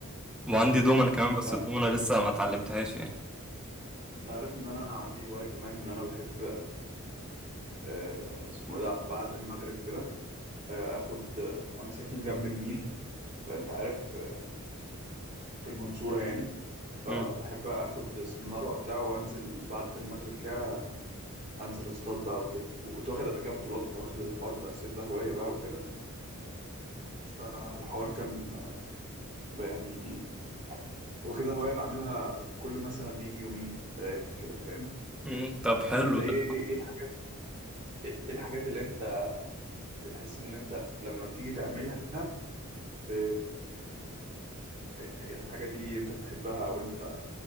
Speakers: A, in the centre; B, on the right.
A: وعندي دومنة كمان
B: مم، انت
A: بس
B: عارف
A: الدومنة لسه ما اتعلمتهاش يعني
B: انت عارف ان انا عندي هواية كمان ان انا بحب آه اسمه إيه ده بعد المغرب كده آه اخد آه انا ساكن جنب النيل فانت عارف آه في المنصورة يعني فبحب
A: مم.
B: اخد سنارة وبتاع وانزل بعد المغرب كده انزل اصطاد بقى وكده وكنت واخد قبل كده بطولات فواخد الحوار بتاع الصيد ده هواية بقى وكده فالحوار كان آه، يعني وكده هواية بعملها كل مثلا ايه يومين ثلاثة كده فاهم
A: مم. طب حلو
B: انت ايه
A: ده
B: ايه ايه الحاجات ايه إيه الحاجات اللي انت بتحس ان انت لما بتيجي تعملها ب... إيه- هي الحاجة دي انت بتحبها او انت